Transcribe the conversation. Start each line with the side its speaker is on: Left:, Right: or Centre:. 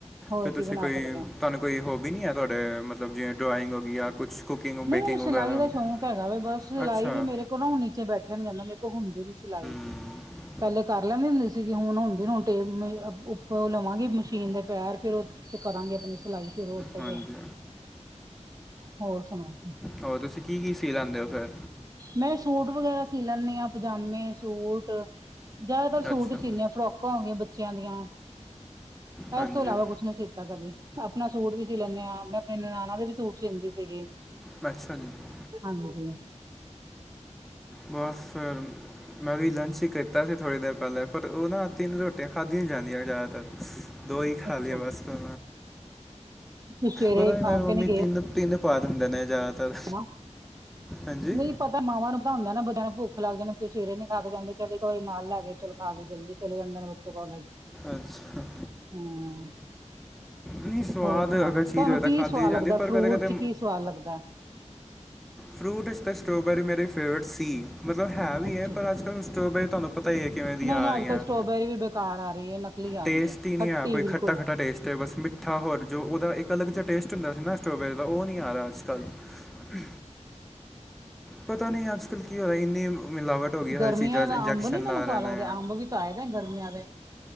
Right: ਹੋਰ
Centre: ਫਿਰ ਤੁਸੀਂ
Right: ਕੀ ਬਣਾ
Centre: ਕੋਈ
Right: ਸਕਦੇ ਹਾਂ
Centre: ਤੁਹਾਨੂੰ ਕੋਈ ਹੋਬੀ ਨਹੀਂ ਹੈ ਤੁਹਾਡੇ ਮਤਲਬ ਜਿਵੇ ਡਰਾਇੰਗ ਹੋ ਗਈ ਆ ਕੁਛ ਕੁਕਿੰਗ-
Right: ਨਹੀਂ
Centre: ਬੇਕਿੰਗ
Right: ਮੈਨੂੰ ਸਿਲਾਈ
Centre: ਵਗੈਰਾ
Right: ਦਾ
Centre: ਹੋ ਗਈ
Right: ਸ਼ੌਂਕ ਹੈਗਾ ਵ ਬਸ ਸਿਲਾਈ
Centre: ਅੱਛਾ
Right: ਵੀ ਮੇਰੇ ਕੋਲ ਨਾ ਹੁ ਨੀਚੇ ਬੈਠਿਆ ਨੀ ਜਾਂਦਾ ਮੇਰੇ ਕੋਲ ਹੁੰਦੀ ਨੀ ਸਿਲਾਈ।
Centre: ਹ <unintelligible> <inaudible>
Right: ਪਹਿਲੇ ਕਰ ਲੈਂਦੇ ਹੁੰਦੇ ਸੀਗੀ ਹੁਣ ਹੁਣਦੀ ਹੁਣ ਟੇਪ ਉੱਪ ਲਵਾਂਗੇ ਮਸ਼ੀਨ ਦੇ ਪੈਰ ਫੇਰ ਚ ਕਰਾਂਗੇ ਆਪਣੀ ਸਿਲਾਈ ਸ਼ੁਰੂ ਉੱਤੇ
Centre: ਹਾਂਜੀ
Right: ਫਿਰ ਹੋਰ ਸੁਣਾਓ
Centre: ਹੋਰ ਤੁਸੀਂ ਕੀ ਕੀ ਸੀ ਲੈਂਦੇ ਹੋ ਫਿਰ
Right: ਮੈਂ ਸੂਟ ਵਗੈਰਾ ਸੀ ਲੈਂਦੀ ਹਾਂ ਪਜਾਮੇ ਸੂਟ ਜ਼ਿਆਦਾਤਰ ਸੂਟ
Centre: ਅੱਛਾ
Right: ਸੀਨ ਫਰੌਕਾਂ ਹੋ ਗਈਆਂ ਬੱਚਿਆਂ ਦੀਆਂ
Centre: ਹਾਂਜੀ
Right: ਇਸ ਤੋਂ ਇਲਾਵਾ ਕੁਛ ਨ ਸੀਤਾ ਕਦੀ ਆਪਣਾ ਸੂਟ ਵੀ ਸੀ ਲੈਂਦੇ ਹਾਂ। ਮੈਂ ਆਪਣੀ ਨਣਾਨਾ ਦੇ ਵੀ ਸੂਟ ਸੀਂਦੀ ਸੀਗੀ।
Centre: ਮੱ ਸ ਜੀ <unintelligible>
Right: ਹਾਂਜੀ
Centre: ਬਸ ਫਿਰ ਮੈਂ ਵੀ ਲੰਚ ਹੀ ਕੀਤਾ ਸੀ ਥੋੜ੍ਹੀ ਦੇਰ ਪਹਿਲਾਂ ਪਰ ਉਹ ਨਾ ਤਿੰਨ ਰੋਟੀਆਂ ਖਾਧੀਆਂ ਨਹੀਂ ਜਾਂਦੀਆਂ ਜ਼ਿਆਦਾਤਰ ਦੋ ਹੀ ਖਾ
Right: ਅੱਛਾ
Centre: ਲਈਏ ਬਸ ਪਾਂ
Right: ਤੁਸੀਂ ਸਵੇਰੇ
Centre: ਪਤਾ ਨੀ
Right: ਖਾ
Centre: ਮੇਨ ਮੰਮੀ
Right: ਕੇ ਗਏ
Centre: ਤਿੰਨ ਤਿੰਨ ਫ ਦਿੰਦੇ ਨੇ ਜ਼ਿਆਦਾਤਰ
Right: ਨਾ
Centre: ਹਾਂਜੀ
Right: ਨਹੀਂ ਪਤਾ ਮਾਵਾਂ ਨੂੰ ਭਤਾਉਂਦਾ ਨਾ ਬਦ ਨੂੰ ਭੁੱਖ ਲੱਗਦੇ ਨੇ ਸਵੇਰੇ ਨੀ ਖਾ ਕੇ ਜਾਂਦੇ ਚੱਲ ਇੱਕ ਵਾਰੀ ਨਾਲ ਲੈ ਕੇ ਚਲ ਖਾ ਲੈ ਜਲਦੀ ਚਲੇ ਜਾਂਦਾ ਨੇ <unintelligible>
Centre: ਅੱਛਾ
Right: ਹਮ
Centre: ਨਹੀਂ ਸਵਾਦ
Right: ਹੋਰ ਸੁਣਾਓ
Centre: ਅਗਰ ਚੀਜ਼
Right: ਤੁਹਾਨੂੰ
Centre: ਹੋ ਤਾਂ
Right: ਕੀ
Centre: ਖਾਧੀ
Right: ਸਵਾਦ
Centre: ਹੀ ਜਾਂਦੀ
Right: ਲੱਗਦਾ
Centre: ਪਰ
Right: ਫਰੂਟ
Centre: ਕਦੇ ਕਦੇ
Right: ਚ ਕੀ ਸਵਾਦ ਲੱਗਦਾ
Centre: ਫਰੂਟਸ ਅਤੇ ਸਟ੍ਰੋਬੈਰੀ ਮੇਰੀ ਫੇਵਰੇਟ ਸੀ ਮਤਲਬ ਹੈ ਵੀ
Right: ਅੱਛਾ
Centre: ਹੈ ਪਰ
Right: ਜੀ
Centre: ਅੱਜ ਕੱਲ੍ਹ ਸਟ੍ਰੋਬੈਰੀ ਤੁਹਾਨੂੰ ਪਤਾ ਹੀ ਹੈ ਕਿਵੇਂ ਦੀਆਂ
Right: ਨਹੀਂ ਨਹੀਂ
Centre: ਆ ਰਹੀਆਂ
Right: ਅੱਜ ਕੱਲ੍ਹ ਸਟੋਾਬੈਰੀ ਵੀ ਬੇਕਾਰ ਆ ਰਹੀ ਹੈ ਨਕਲੀ ਆ
Centre: ਟੇਸਟ
Right: ਰਹੀ
Centre: ਹੀ ਨਹੀਂ
Right: ਖੱਟੀ
Centre: ਹੈ ਕੋ
Right: ਬਿਲਕੁਲ
Centre: ਖਟਾ ਖੱਟਾ ਟੇਸਟ ਹੈ ਬਸਿੱਟੀ ਮੱਠਾ ਹੋਰ ਜੋ ਉਹਦਾ ਇੱਕ ਅਲੱਗ ਜਿਹਾ ਟੇਸਟ ਹੁੰਦਾ ਸੀ ਨਾ ਸਟੋਬੈਰੀ ਦਾ ਉਹ ਨਹੀਂ ਆ ਰਿਹਾ ਅੱਜ ਕੱਲ੍ਹ ਪਤਾ ਨਹੀਂ ਅੱਜ ਕੱਲ੍ਹ ਕੀ ਹੋ ਰਿਹਾ ਇੰਨੀ ਮਿਲਾਵਟ ਹੋ ਗਈ ਹਰ
Right: ਗਰਮੀਆਂ
Centre: ਚੀਜ਼ਾਂ
Right: ਦਾ
Centre: ਇੰਜੈਕਸ਼ਨ
Right: ਅੰਬ ਨੀ ਤੁਹਾਨੂੰ
Centre: ਲਾ
Right: ਸਵਾਦ
Centre: ਰਹੇ ਨੇ
Right: ਲੱਗਦੇ ਅੰਬ ਵੀ ਆਏ ਨੇ ਗਰਮੀਆਂ ਦੇ